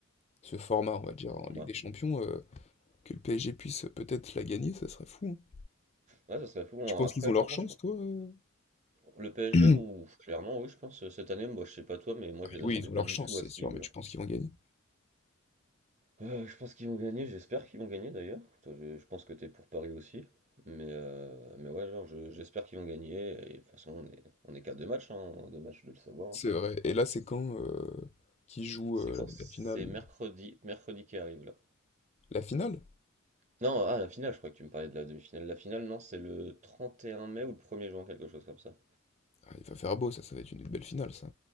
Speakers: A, on the left; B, on the right.
A: ce format, on va dire, en
B: Moi.
A: Ligue des Champions, euh, que le PSG puisse peut-être la gagner, ça serait fou. hein.
B: Ouais, ça serait fou. Bon
A: Tu penses
B: Après,
A: qu'ils ont leur
B: franchement,
A: chance,
B: je crois.
A: toi? euh
B: Le PSG,
A: <clears throat>
B: ou clairement, oui, je pense, euh, cette année, moi, je sais pas toi, mais moi,
A: Ah
B: je les attendais
A: Oui, ils ont
B: pas
A: leur
B: du
A: chance,
B: tout à
A: c'est
B: ce
A: sûr,
B: niveau-là.
A: mais tu penses qu'ils vont gagner?
B: Euh, je pense qu'ils vont gagner, j'espère qu'ils vont gagner d'ailleurs. Toi, je, je pense que t'es pour Paris aussi. Mais, euh, mais ouais, genre, je- j'espère qu'ils vont gagner. Et de toute façon, on est, on est qu'à deux matchs, hein, deux matchs, de le savoir.
A: C'est
B: hein.
A: vrai. Et là, c'est quand euh, qui joue
B: C'est
A: euh,
B: quand?
A: la,
B: C'est
A: la finale?
B: mercredi, mercredi qui arrive là.
A: La finale?
B: Non, ah, la finale, je crois que tu me parlais de la demi-finale. La finale, non, c'est le 31 mai ou le 1er juin, quelque chose comme ça.
A: Ah, il va faire beau, ça, ça va être une belle finale, ça.